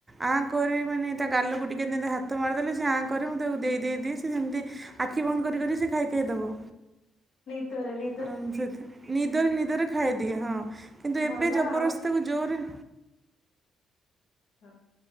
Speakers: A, on the right (about 20°); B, on the left (about 75°).
A: ଆଁ କରିବି ମାନେ ତା ଗାଲକୁ ଟିକେ ହାତ ମାରିଦେଲେ ସେ ଆ କରି ମୁଁ ତାକୁ ଦେଇ ଦେଇେ ଦେଇ ସେ ଯେମିତି ଆଖି ବନ୍ଦ କରିିକରି ସେ ଖାଇ ଖାଇ ଦବ।
B: ନିଦ ରେ ନି
A: ଅମ୍ବୃତ ନିଦରେ ନିଦରେ ଖାଇଦିଏ ହଁ, କିନ୍ତୁ ଏବେ
B: ଭଲ
A: ଜବରସ୍ତକୁ
B: ଆଉ।
A: ଜୋରେ
B: ହଁ